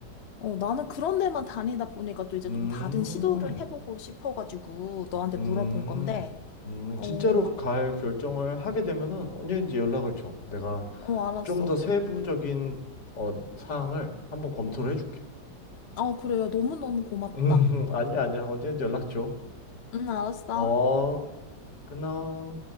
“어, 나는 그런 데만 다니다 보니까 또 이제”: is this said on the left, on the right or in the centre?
Left